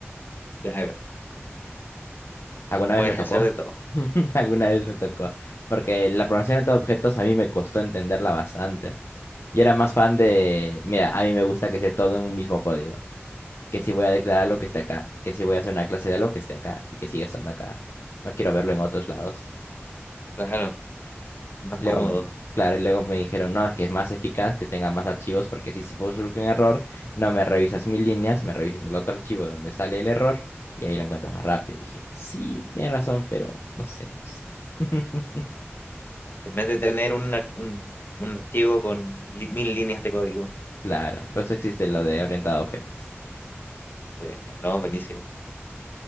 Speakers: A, on the left (about 50°); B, on the left (about 65°).
A: Claro,
B: ¿Alguna
A: lo puedes
B: vez me tocó?
A: hacer de todo.
B: <laughs> Alguna vez me tocó, porque la programación de objetos a mí me costó entenderla bastante. Yo era más fan de, mira, a mí me gusta que esté todo en un mismo código. que si voy a declarar lo que esté acá, que si voy a hacer una clase de algo que esté acá y que siga estando acá. No quiero verlo en otros lados.
A: Claro, más
B: Luego,
A: cómodo.
B: mm, claro, y luego me dijeron, no, es que es más eficaz que tenga más archivos porque si, si fue- surge un error, no me revisas mil líneas, me revisas el otro archivo donde sale el error y ahí lo encuentras más rápido. Dije, sí, tienes razón, pero no sé, no sé". <laughs>
A: En vez de tener un, ar- un, un archivo con li- mil líneas de código.
B: Claro, por eso existe lo de orientado a objetos.
A: Sí, no, buenísimo.